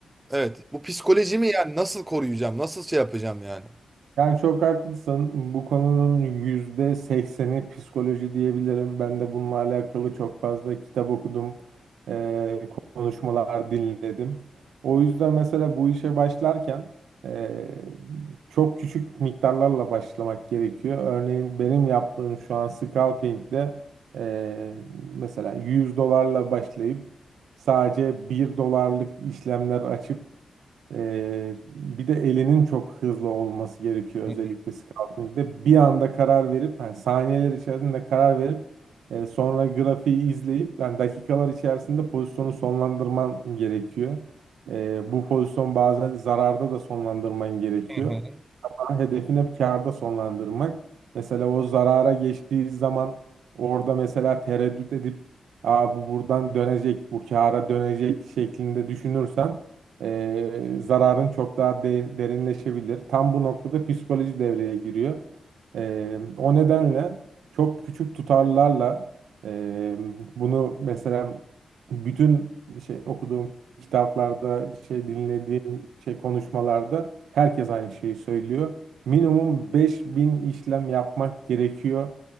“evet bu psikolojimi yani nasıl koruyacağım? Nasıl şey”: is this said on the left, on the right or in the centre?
Right